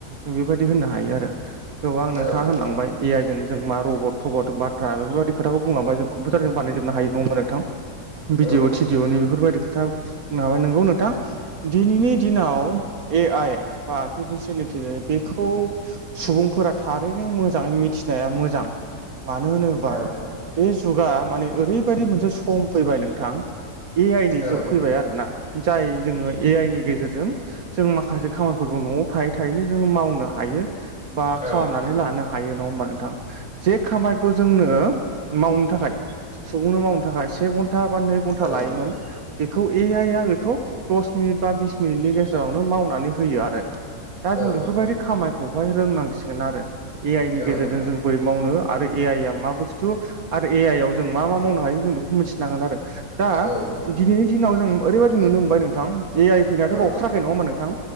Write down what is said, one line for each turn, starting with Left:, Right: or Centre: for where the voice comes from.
Right: नों बेबायदि होननो हायो आरो गोबां नोंथाङा
Left: औ नोंथां
Right: होनलांबाय ए आइजों जों मा रबट थबट बाथ्रा बेफोरदि खोथाखौ बुंलांबाय जों कम्पिउटारजों बानायजोबनो हायो नङा नोंथां? भिदिअ
Left: औ नोंथां
Right: थिडिअनि बेफोरबायदि खोथा बुंनो हाबाय नोंगौ नोंथां। दिनैनि दिनाव ए आइ बा आर्टिफिसियेल इन्टिलिजेन्स बेखौ सुबुंफोरा थारैनो मोजाङै मिथिनाया मोजां मानो होनो
Left: औ
Right: बे
Left: नोंथां
Right: जुगा माने ओरैबायदि मोनसे सम फैबाय नोंथां। ए आइ नि जुग
Left: औ नोंथां
Right: फैबाय आरो ना जाय जोङो ए आइ नि गेजेरजों जों माखासे खामानिफोरखौ न'आव थायै थायैनो जोङो मावनो हायो बा
Left: औ
Right: खालामनानै
Left: नोंथां
Right: लानो हायो नङा होमबा नोंथां जे खामायखौ जोंनो मावनो थाखाय सुबुंनो मावनो थाखाय से घन्टा बा नै घन्टा
Left: औ
Right: लायोमोन
Left: नोंथां
Right: बेखौ ए आइया बेखौ दस मिनिट बा बिस मिनिटनि गेजेरावनो मावनानै होयो आरो। दा
Left: औ
Right: जों बेफोरबायदि
Left: नोंथां
Right: खामायखौहाय रोंनांसिगोन आरो ए आइ नि
Left: औ नोंथां औ
Right: गेजेरजों
Left: नोंथां
Right: जों बोरै मावनो आरो ए आइ आ मा बुस्थु आरो ए आइ आव जों मा मा मावनो हायो जों बेखौ मोनथि नांगोन आरो दा
Left: औ
Right: दिनैनि दिनाव जों ओरैबायादि नुनो मोनबाय नोंथां ए आइ फैनायाथ' बावथाराखै
Left: नोंथां
Right: नङामोन नोंथां